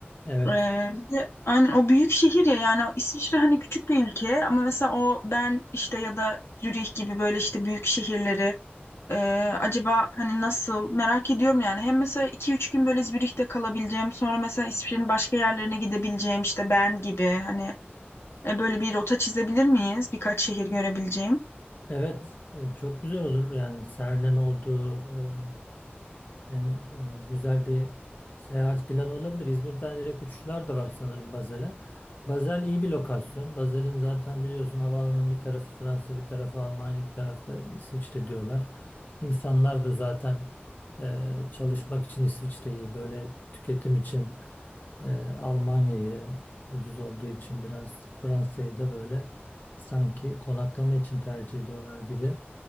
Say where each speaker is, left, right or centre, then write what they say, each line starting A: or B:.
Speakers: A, on the left; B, on the left.
A: Evet.
B: E, bir de aynen o büyük şehir ya yani İsviçre hani küçük bir ülke ama mesela o Bern işte ya da Zürih gibi böyle işte büyük şehirleri ee, acaba hani nasıl merak ediyorum yani. Hem mesela iki üç gün böyle Zürih'te kalabileceğim, sonra mesela İsviçre'nin başka yerlerine gidebileceğim işte Bern gibi hani e, böyle bir rota çizebilir miyiz? Birkaç şehir görebileceğim.
A: Evet. e, Çok güzel olur. Yani Serne'nin oldu? Hem e, güzel bir seyahat planı olabilir. İzmir'den direkt uçuşlar da var sanırım Bazel'e. Bazel iyi bir lokasyon. Bazel'in zaten biliyorsun havaalanının bir tarafı Fransa, bir tarafı Almanya, bir tarafta İsviçre diyorlar. İnsanlar da zaten e, çalışmak için İsviçre'yi, böyle tüketim için e, Almanya'yı ucuz olduğu için biraz Fransa'yı da böyle sanki konaklama için tercih ediyorlar gibi